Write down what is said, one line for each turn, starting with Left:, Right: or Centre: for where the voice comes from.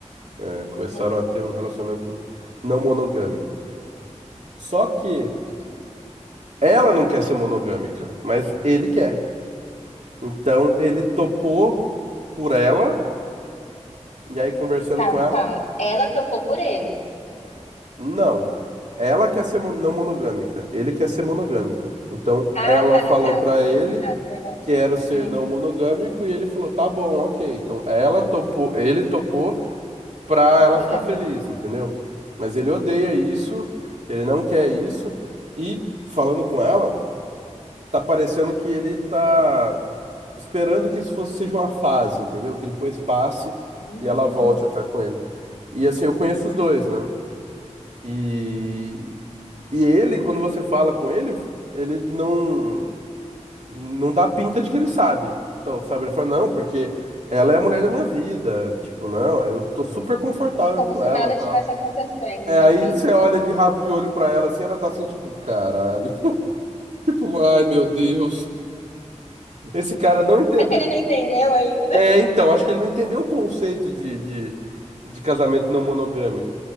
Right: É, começaram
Left: Eita.
Right: a ter um relacionamento não monogâmico. Só que
Left: hum.
Right: ela não quer ser monogâmica, mas ele quer. Então ele topou por ela, e aí conversando
Left: Calma,
Right: com ela,
Left: calma. Ela topou por ele.
Right: não. Ela quer ser mo- não monogâmica, ele quer ser monogâmico. Então
Left: Ah,
Right: ela
Left: tá,
Right: falou
Left: tá.
Right: pra ele
Left: Fiz errado, perdão.
Right: que era o ser
Left: hum,
Right: não monogâmico e ele falou: "Tá bom, OK". Então ela topou, ele topou pra
Left: Foi
Right: ela
Left: Por
Right: ficar feliz,
Left: ela.
Right: entendeu? Mas ele odeia
Left: Eita.
Right: isso, ele não quer isso e falando com ela, tá parecendo que ele tá esperando que isso fosse, seja uma fase, entendeu? Que depois passe
Left: hum,
Right: e ela volte a ficar com ele. E assim, eu conheço os dois, né? E, e ele, quando você fala com ele, ele não, não dá pinta de que ele sabe. Então, sabe, ele fala, não, porque ela é a mulher da minha vida. Tipo, não, eu tô super confortável
Left: Como
Right: com
Left: se
Right: ela,
Left: nada
Right: tal.
Left: estivesse acontecendo,
Right: É,
Left: tipo
Right: aí
Left: isso.
Right: você olha de rabo de olho pra ela, assim, ela tá assim, tipo, caralho. <laughs> Tipo, ai, meu Deus. Esse cara não entendeu.
Left: É que ele não entendeu ainda.
Right: É, então, acho que ele não entendeu o conceito de, de, de casamento não monogâmico.